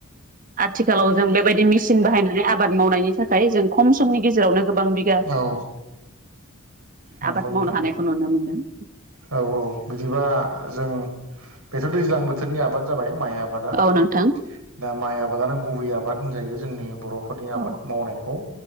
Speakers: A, on the right; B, on the right.
A: आथिखालाव जों बेबायदि मेसिन बाहायनानै आबाद मावनायनि थाखाय जों खम समनि गेजेरावनो गोबां बिगा
B: औ नंगौ
A: आबाद
B: नोंथां
A: मावनो हानायखौ नुनो मोनदों
B: औ औ बिदिबा जों बेथ' दैज्लां बोथोरनि आबाद जाबाय माइ आबाद आबादा
A: औ नोंथां
B: दा माइ आबादानो गुबै आबाद होनजायो जोंनि बर' नि आबाद
A: औ
B: मावनायखौ